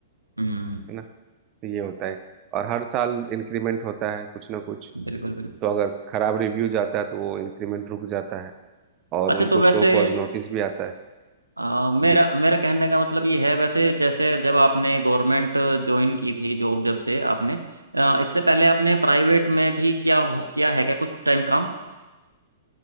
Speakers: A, on the right (about 80°); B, on the right (about 30°).
A: हम्म
B: है ना तो ये होता है और हर साल इंक्रीमेंट होता है कुछ ना कुछ
A: बिल्कुल बिल्कुल
B: तो अगर खराब रिव्यूज आता है तो वो इंक्रीमेंट रुक जाता है और
A: अच्छा
B: उनको
A: तो वैसे
B: शो कॉज नोटिस भी आता है
A: अ, मेरा
B: जी
A: मेरा कहने का मतलब ये है वैसे जैसे जब आपने गवर्नमेंट ज्वाइन की थी जॉब जब से आपने अ, इससे पहले आपने प्राइवेट में भी किया किया है क्या कुछ टाइम काम